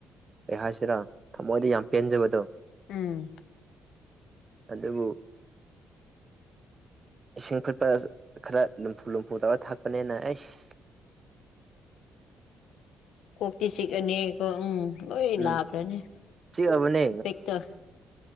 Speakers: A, on the right (about 40°); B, on the left (about 70°).
A: ꯀꯩ ꯍꯥꯏꯁꯤꯔꯥ ꯊꯃꯣꯏꯗ ꯌꯥꯝ ꯄꯦꯟꯖꯕꯗꯣ
B: ꯎꯝ
A: ꯑꯗꯨꯕꯨ ꯏꯁꯤꯡ ꯐꯨꯠꯄ ꯈꯔ ꯂꯨꯝꯐꯨ ꯂꯨꯝꯐꯨ ꯇꯧꯔꯒ ꯊꯛꯄꯅꯤꯅ ꯑꯩꯁ
B: ꯀꯣꯛꯇꯤ ꯆꯤꯛꯑꯅꯤꯀꯣ ꯎꯝ ꯂꯣꯏ
A: ꯎꯝ
B: ꯂꯥꯛꯈ꯭ꯔꯅꯤ
A: ꯆꯤꯛꯑꯕꯅꯦ
B: ꯏꯐꯦꯛꯇꯣ